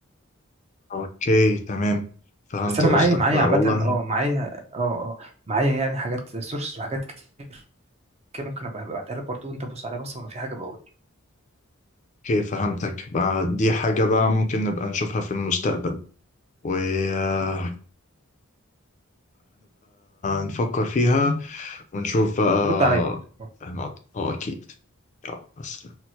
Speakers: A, on the left; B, on the right.
A: اوكي تمام فهمت
B: بس انا
A: قصدك
B: معايا معايا
A: بقى
B: عامه
A: والله
B: اه معايا اه اه معايا يعني حاجات سورس وحاجات كتير كده ممكن ابقى ابعتها لك برضه انت بص عليها بص ولو في حاجه بقول
A: اوكي فهمتك بقى دي حاجة بقى ممكن نبقى نشوفها في المستقبل وهنبقى نفكر فيها ونشوف بقى
B: ورد عليا برضه
A: هنقعد اه اكيد يلا بس